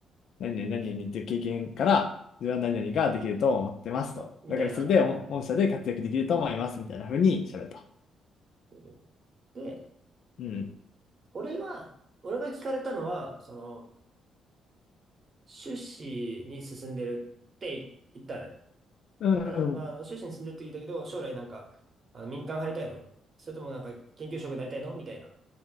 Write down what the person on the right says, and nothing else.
そうそうそう。
そうみたいな、
なに。うんで、
俺は、俺が聞かれたのは、その、修士に進んでるって言ったのよ
ただ、まあ、あの修士に住んでるって言ったけど、将来なんか、あの民間入りたいのそれともなんか研究職になりたいのみたいな